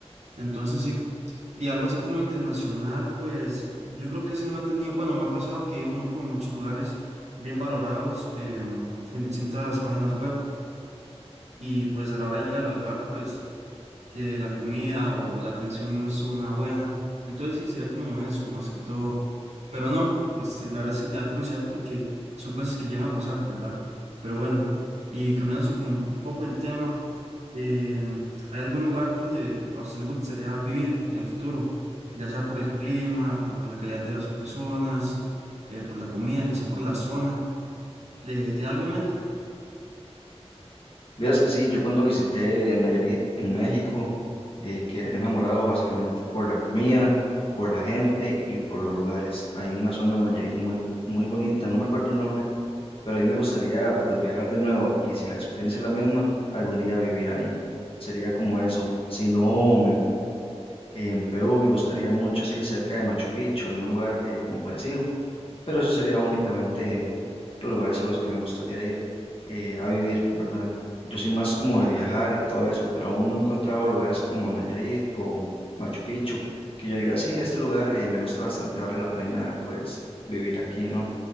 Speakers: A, on the right; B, on the left.
A: Entonces sí, y algo así como internacional, pues yo creo que ese no he tenido, bueno, me ha pasado que he ido mu- como a muchos lugares bien valorados em, en distintas páginas web y pues a la hora de llegar al lugar, pues que la comida o la atención no estuvo nada buena. Entonces sí, sería como eso, más que todo. Pero no, este, la verdad es que te da curiosidad porque son cosas que llegan a pasar, ¿verdad? Pero bueno, y cambiándose como un poco el tema, em, ¿hay algún lugar donde a usted le gustaría vivir en el futuro? Ya sea por el clima, por la calidad de las personas, eh, por la comida, quizá por la zona. ¿Le tiene algo en mente?
B: Vieras que sí, yo cuando visité Nayarit en México, eh, quedé enamorado básicamente por la comida, por la gente y por los lugares. Hay una zona en Nayarit muy, muy bonita, no me acuerdo el nombre, pero a mí me gustaría pues viajar de nuevo y si la experiencia es la misma, algún día vivir ahí. Sería como eso. Si no, en Perú me gustaría mucho así cerca de Machu Picchu, algún lugar eh, como parecido pero eso sería únicamente los lugares a los que me gustaría ir eh, a vivir, ¿verdad? Yo soy más como de viajar y todo eso, pero aún no he encontrado lugares como Nayarit o Machu Picchu que yo diga, sí, este lugar eh, me gusta bastante, vale la pena pues vivir aquí, ¿no?